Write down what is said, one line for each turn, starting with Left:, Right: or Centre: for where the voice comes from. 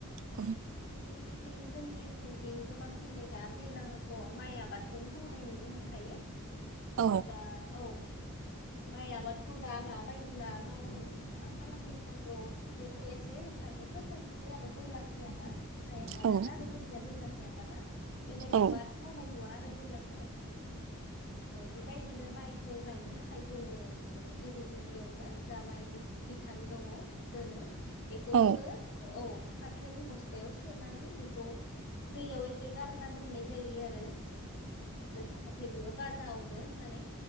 Right: औ
Left: जोंनिथिं जोंनि ओनसोलथिं गोबांथिङै दा दैज्लांआवथ' माइ आबादखौनो मावनाय नुनो मोनखायो
Right: औ
Left: दा औ माइ आबाद बेखौ दा माबायदि मा मावो मा खालामग्रोनांगौ बेखौ एसे नोंथांनो फोरमायनोसै आरो दैलांनि आबाद माइ आबादानो
Right: औ
Left: आरो जोंनिया दैलांनिया आबादा बेलग
Right: औ
Left: आबाद मावनाय नुवा आरो दैलांफोराव बेबायदिनो माइखौ गायनो थाखाय जोङो गिबि गिबियावनो जा माइ बिधान दङ दोनो <inaudible> बेखौ
Right: औ
Left: जोङो औ फाथोनि बस्थायाव सोनानै बेखौ दैयाव एसे गार गारना दोननाय जायो आरो जाहाथे बेयाव गाजा हरो होननानै